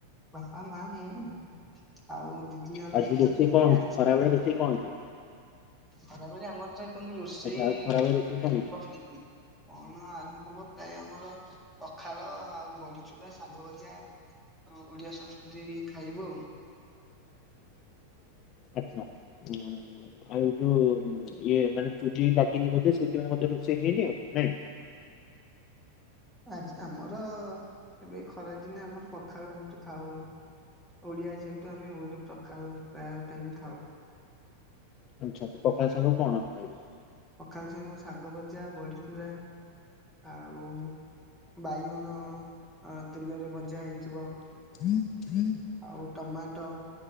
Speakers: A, in the centre; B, on the left (about 35°).
A: ବାପା ମା ମୁଁ ଆଉ ଦିଦି ଜଣେ
B: ଆଜି ରୋଷେଇ
A: ଥିଲେ
B: କଣ
A: ମ୍ୟାରେଜ
B: ହେଇଛି ଖରାବେଳେ
A: କରିଛନ୍ତି
B: ରୋଷେଇ କଣ ହେଇଛି?
A: ଖରାବେଳେ ଆମର ଏପର୍ଯ୍ୟନ୍ତ ରୋଷେଇ
B: ଆଚ୍ଛା ଆଉ ଖରାବେଳେ ରୋଷେଇ
A: <inaudible>
B: କଣ ହେଇଛି
A: ବସିଚି କଣ ଆ ଆରମ୍ଭ ହବ ପ୍ରାୟ ଆମର ପଖାଳ ଆଉ ବଢିଚୁରା ଶାଗ ଭଜା। ତ ଓଡିଆ ସଂସ୍କୃତି ଖାଇବୁ ଆଉ।
B: <inaudible> ଆଚ୍ଛା। <unintelligible> ଆଉ ଯୋଉ ଉଁ ଇଏ ମାନେ ଚୁଲି ଲାଗିନି ବୋଧେ ସେଇଥିପାଇଁ ବୋଧେ ରୋଷେଇ ହେଇନି ଆଉ ନାଇଁ। <inaudible>
A: ଆଜି ଆମର ଏବେ ଖରାଦିନେ ଆମର ପଖାଳ ବହୁତୁ ଖାଉ। ଓଡିଆ ଯେହେତୁ ଆମେ ଓଡ ପଖାଳ ପ୍ରାୟ ଟାଇମ ଖାଉ।
B: ଆଚ୍ଛା ଆଚ୍ଛା ପଖାଳ ସାଙ୍ଗକୁ କଣ ଖାଇବ?
A: ପଖାଳ ସାଙ୍ଗକୁ ଶାଗ ଭଜା ବଢିଚୂୁରା। ଆଉ ବାଇଗଣ ଅ ତେଲରେ ଭଜା ହେଇଥିବ।
B: <inaudible>
A: ଆଉ ଟମାଟୋ